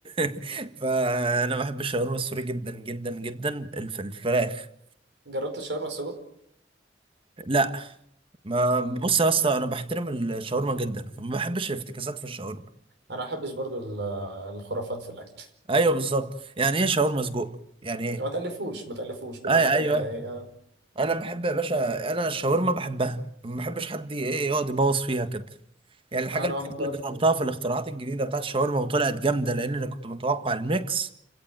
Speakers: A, on the right; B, on the right.
A: <laughs> فانا بحب الشاورما السوري جدا جدا جدا الف- الفراخ
B: جربت الشاورما السجق؟
A: لا ما
B: مم.
A: بص يا اسطى انا بحترم الشاورما جدا فما بحبش الافتكاسات في الشاورما
B: انا ما احبش برضو ال- الخرافات في الاكل
A: ايوه بالظبط يعني ايه شاورما سجق يعني ايه
B: ما تألفوش ما تألفوش كل
A: اي
B: حاجة
A: ايوه
B: ليها ايه آه.
A: انا بحب يا باشا انا الشاورما بحبها ما بحبش حد ايه يقعد يبوظ فيها كده يعني الحاجه
B: انا
A: الوحيده
B: واحد برضه
A: اللي جربتها في الاختراعات الجديده بتاعت الشاورما وطلعت جامده لان انا كنت متوقع الميكس